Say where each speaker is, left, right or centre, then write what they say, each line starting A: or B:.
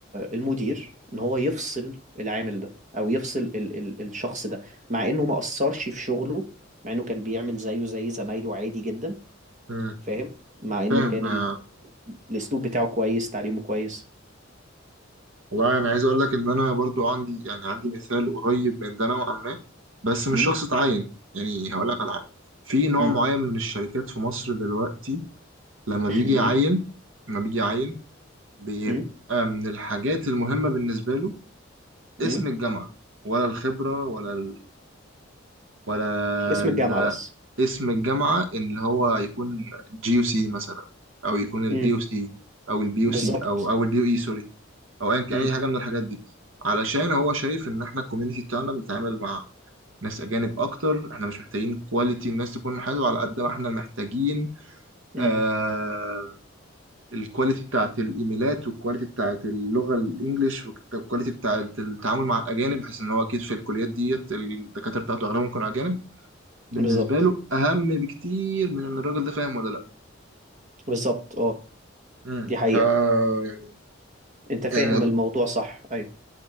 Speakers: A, on the right; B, on the right.
A: المدير ان هو يفصل العامل ده او يفصل ال ال الشخص ده مع انه ما اثرش في شغله مع انه كان بيعمل زيه زي زمايله عادي جدا
B: مم.
A: فاهم مع انه
B: فاهم
A: كان
B: آه.
A: ال الاسلوب بتاعه كويس تعليمه كويس
B: والله انا عايز اقول
A: بس
B: لك ان انا برضو عندي يعني عندي مثال قريب من ده نوعا ما بس مش
A: امم
B: شخص اتعين يعني هقول لك على حاجه في نوع
A: امم
B: معين من الشركات في مصر دلوقتي لما بيجي
A: امم
B: يعين لما بيجي يعين بيبقى
A: امم
B: من الحاجات المهمه بالنسبه له اسم
A: امم
B: الجامعه ولا الخبره ولا ال... ولا
A: اسم
B: ال...
A: الجامعة بس
B: اسم الجامعه اللي هو يكون جي يو سي مثلا او يكون الاي
A: امم
B: يو سي او البي يو
A: بالظبط
B: سي او او البي يو اي سوري او ايا كان
A: امم
B: اي حاجه من الحاجات دي علشان هو شايف ان احنا الكوميونتي بتاعنا بنتعامل مع ناس اجانب اكتر احنا مش محتاجين كواليتي الناس تكون حلوه على قد ما احنا محتاجين
A: امم
B: آه الكواليتي بتاعت الايميلات والكواليتي بتاعت اللغه الانجليش والكواليتي بتاعت التعامل مع الاجانب
A: أمم.
B: بحيث ان هو اكيد في الكليات ديت الدكاتره بتاعته اغلبهم كانوا اجانب بالنسبه
A: بالظبط
B: له اهم بكتير من ان الراجل ده فاهم ولا لا
A: بالظبط اه
B: امم
A: دي حقيقة
B: ف يعني
A: انت فاهم
B: يعني الموضوع
A: الموضوع صح ايوه